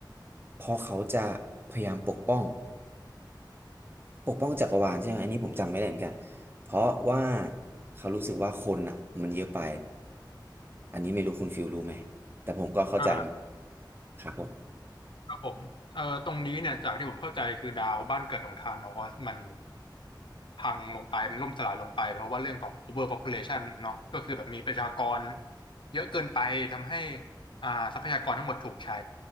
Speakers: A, on the right (about 25°); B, on the left (about 80°).
A: เพราะเขาจะพยายามปกป้องปกป้องจักรวาลใช่ไหมอันนี้ผมจำไม่ได้เหมือนกันเพราะว่าเขารู้สึกว่าคนอ่ะมันเยอะไป อันนี้ไม่รู้คุณฟิลรู้ไหม แต่ผมก็เข้าใจ
B: อ่า
A: ครับผม
B: ครับผมเอ่อตรงนี้เนี่ยจากที่ผมเข้าใจคือดาวบ้านเกิดของธานอสมันพังลงไปมันล่มสลายลงไปเพราะว่าเรื่องของ overpopulation เนาะก็คือแบบมีประชากรเยอะเกินไปทำให้อ่าทรัพยากรทั้งหมดถูกใช้